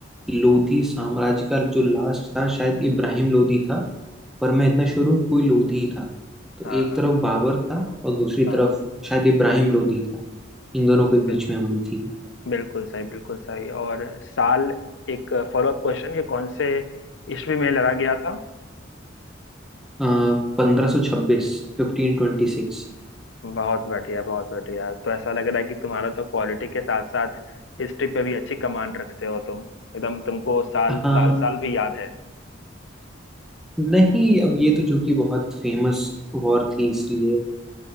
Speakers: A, in the centre; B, on the left.
A: लोधी साम्राज्य का जो लास्ट था शायद इब्राहिम लोधी था पर मैं इतना श्योर हूँ कि कोई लोधी ही था तो
B: हाँ
A: एक
B: हाँ
A: तरफ बाबर था और दूसरी
B: हाँ
A: तरफ शायद इब्राहिम लोधी था इन दोनों के
B: बि-
A: बीच में हुई थी
B: बिल्कुल सही बिल्कुल सही और साल एक फॉलो अप क्वेश्चन ये कौन से ईस्वी में लड़ा गया था
A: पंद्रह सौ छब्बीस फिफ्टीन ट्वेंटी सिक्स
B: बहुत बढ़िया बहुत बढ़िया तो ऐसा लग रहा है कि तुम्हारा तो पॉलिटी के साथ साथ हिस्ट्री पे भी अच्छी कमांड रखते हो तुम एकदम तुमको साल
A: हाँ
B: साल साल भी याद है
A: नहीं अब ये तो जो कि बहुत फेमस वॉर थी इसलिए